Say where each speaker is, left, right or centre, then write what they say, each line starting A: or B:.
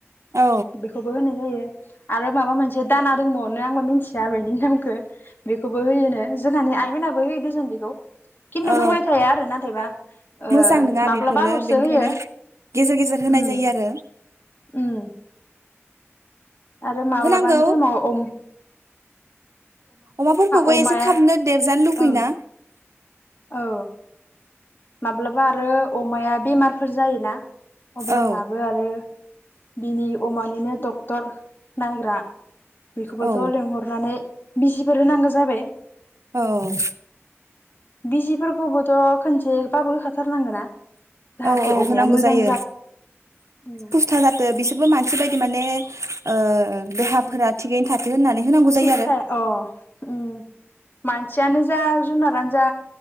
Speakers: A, on the right; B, on the left.
A: औ
B: बेखौबो होनाय जायो। आरो माबा मोनसे दाना दंबावनो आंबो मिन्थिया बेनि नामखो बेखौबो होयोनो जोंहानि आइमोनाबो होयो देसन बेखौ। खिन्थु
A: औ
B: होबाय थाया आरो नाथायबा ओ
A: मोजां नङा
B: माब्लाबा
A: बेफोरो
B: ल'सो
A: बेनिखायनो
B: होयो।
A: गेजेर गेजेर होनाय
B: उम
A: जायो आरो।
B: उम आरो माब्लाबान
A: होनांगौ
B: थ'नाव अम
A: अमाफोरखौबो
B: अमाया
A: एसे थाबनो देरजानो लुगैयो
B: ओं
A: ना
B: औ माब्लाबा आरो अमाया बेमारफोर जायोना। अब्लानाबो
A: औ
B: आरो बिनि अमानिनो डक्टर नायग्रा बेखौबोथ'
A: औ
B: लिंहरनानै बिजिफोर होनांगो जाबाय।
A: औ।
B: बिजिफोरखौबोथ' खोनसे बाबो होखाथारनांगोना। जाहाथे
A: औ औ
B: अमाया
A: होनांगौ
B: मोजां
A: जायो
B: उम
A: फुस्था जाथो बिसोरबो मानसि बाय माने ओ देहाफोरा
B: उम
A: थिगैनो थाथो होननानै होनांगौ
B: थिग
A: जायो आरो।
B: थाय अ उम मानसियानो जा जुनारानो जा